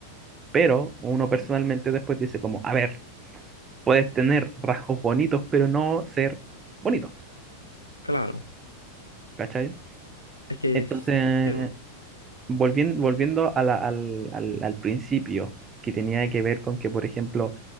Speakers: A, on the right; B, on the left.
A: Pero uno personalmente después dice como, a ver, puedes tener rasgos bonitos, pero no ser bonito,
B: claro.
A: ¿cachai?
B: Es que
A: Entonces,
B: es, sí, po.
A: volviendo, volviendo a la- al, al, al principio, que tenía que ver con que, por ejemplo,